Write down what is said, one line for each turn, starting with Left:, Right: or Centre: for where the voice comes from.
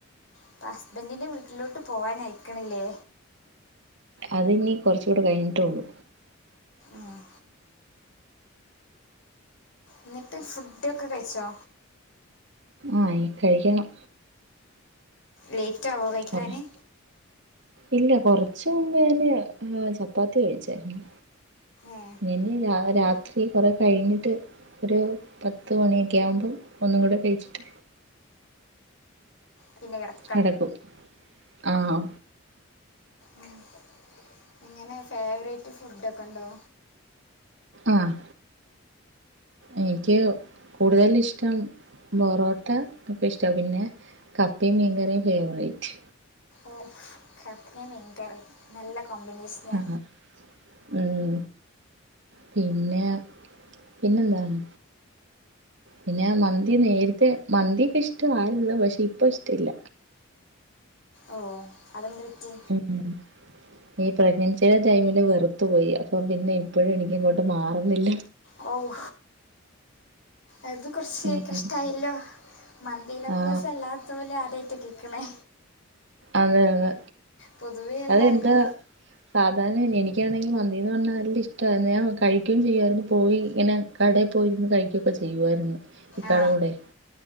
Left: ഇപ്പ ഹസ്ബൻഡിൻ്റെ വീട്ടിലോട്ട് പോവാനായ്ക്കണിലേ?
Right: അതിനി കൊറച്ചൂടെ കഴിഞ്ഞിട്ടേഉള്ളൂ.
Left: ആഹ്. എന്നിട്ട് ഫുഡൊക്കെ കഴിച്ചോ?
Right: ആഹ് ഇ കഴിക്കെണം.
Left: ലേറ്റാവോ കഴിക്കാന്?
Right: കുറ- ഇല്ല. കൊറച്ച് മുമ്പാന് ഹ് ചെപ്പാത്തി കഴിച്ചാരുന്ന്.
Left: ഏ
Right: ഇനി രാത്രി കൊറെ കഴിഞ്ഞിട്ട് ഒരു പത്ത് മണിയൊക്കെയാവുമ്പം ഒന്നുങ്കൂടെ കഴിച്ചിട്ട്.
Left: പിന്നെ കിട-
Right: കെടക്കും ആഹ്.
Left: ഉം. ഇങ്ങനെ ഫേവറേറ്റ് ഫുഡൊക്കൊണ്ടോ?
Right: ആഹ് എനിക്ക് കൂടുതലിഷ്ടം ബൊറോട്ടക്കെ ഇഷ്ടാ. പിന്നെ കപ്പേം മീങ്കറിം ഫേവറേറ്റ്.
Left: ഓ കപ്പേം മീൻക്കറിം നല്ല കോമ്പിനേഷനാ.
Right: ആഹ് ഉം പിന്നെ പിന്നെന്താണ്? പിന്നെ മന്തി നേരത്തെ. മന്തിക്കെ ഇഷ്ടവാരുന്നു. പക്ഷെ ഇപ്പ ഇഷ്ടില്ല.
Left: ഓ അതെന്ത് വറ്റി?
Right: ഉ ഉം ഈ പ്രഗ്നൻസിടെ ടൈമില് വെറുത്തുപ്പോയി. അപ്പം പിന്നെ ഇപ്പഴും എനിക്കങ്ങോട്ട് മാറുന്നില്ല.
Left: ഓ അത് കൊറെച്ച്
Right: ഉം
Left: കഷ്ടായല്ലോ. മന്തി ലവ്വേർസല്ലാത്തോലെ
Right: ആഹ്
Left: ആദ്യാട്ട കേക്കണേ.
Right: അതെ അതെ.
Left: പൊതുവെ എല്ലാവർക്കും
Right: അതെന്താ? സാധാണ എനിക്കാണെങ്കി മന്തീന്ന് പറഞ്ഞാ നല്ല ഇഷ്ടാരുന്നു. ഞാൻ കഴിക്കേയും ചെയ്യുമാരുന്നു. പോയി ഇങ്ങനെ. കടേ പോയിരുന്ന് കഴിക്കൊക്കെ ചെയ്യുവാരുന്നു. ഇക്കാടെകൂടെ.
Left: ആ